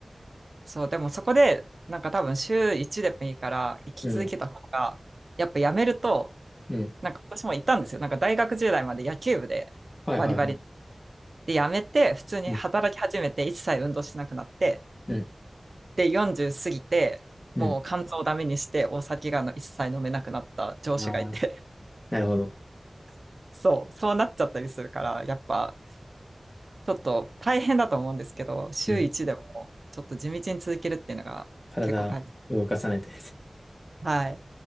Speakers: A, on the right; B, on the left.
A: そう。でもそこで、なんか多分週1でもいいから、生き続けた方が、
B: うん、
A: やっぱやめると、
B: うん。
A: なんか私もいたんですよ。なんか大学時代まで野球部でバリバリ
B: はいはいはい。
A: で、辞めて、普通に働き始めて、
B: うん、
A: 一切運動しなくなって、
B: うん、
A: で、40過ぎて、
B: う
A: もう肝臓をダメにして、お酒がの一切飲めなくなった上司がいて、
B: ん。ああ。なるほど。
A: <laughs> そう、そうなっちゃったりするから、やっぱ、ちょっと大変だと思うんですけど、週1でも、
B: うん。
A: ちょっと地道に続けるっていうのが結構大変。
B: 体動かさないと。
A: はい。